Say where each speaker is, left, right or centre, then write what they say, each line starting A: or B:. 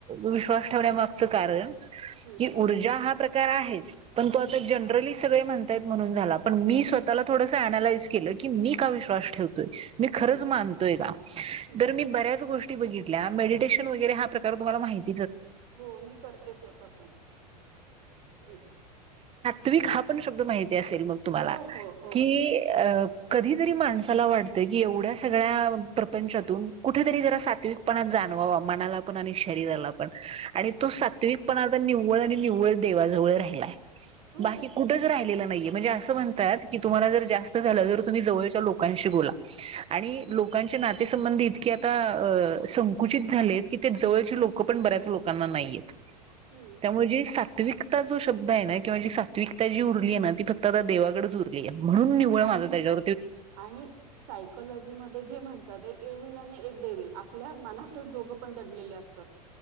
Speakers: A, on the right (about 30°); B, on the right (about 55°).
A: विश्वास ठेवण्यामागच कारण.
B: हम्म
A: क ऊर्जा हा प्रकार आहे. पण तो आ
B: हम्म
A: जनरली सगळे म्हण.. म्हणून झाला पण मी स्वतःला थोडस अनलाइज केलं की मी का विश्स ठेव.. मी खरंच
B: हम्म
A: मानतोय का
B: हम्म
A: तर मी बऱ्याच गोष्टी.. बघित मेडिेशन वगैरे हा प्रकार तुम्हाला माहिती..
B: हो मी करते स्वतः पण हम्म.
A: तुम्ही हा पण शब्द माहिती असेल मग तुम्हाला
B: हो हो हो
A: कि अ... कधीतरी माणसाला वाटतं की एवढ्या सगळ्या प्रपंचातून कुठेतरी जरा सातविकपणा... जाणवा मनाला पण आणि शरीराला. पण आणि
B: हम्म.
A: तो सात्विकपणाता निव्वळ आणि निव्वळ देवाजवळ राहिलाय.
B: हो
A: बाकी कुठे.. नाही म्हणजे अस म्हणतात क तुम्हा जर जास् झा ज तुम्ही जवळच्या लोकांशी बो.. आणि लोकांच्या नाते... ते संबंधी इतके आता संकुचित झालेत, की ते जवळची लोकं पण बऱ्याच लोकांना नाहीयेत..
B: हम्म
A: त्यामुळे जे सात्विकता जो शब्द आहे ना किंवा जी सात्विक.. त्या जी उरली आहे ना ती फक्त आता देवाकडच उरली आहे. निवळ
B: आणि
A: माझ त्याच्या...
B: आणि सायकलॉजी मध्ये जे म्हणतात एक ए विल आणि एक डेविल. आपल्या मनातच दोघं पण दडलेले असतात.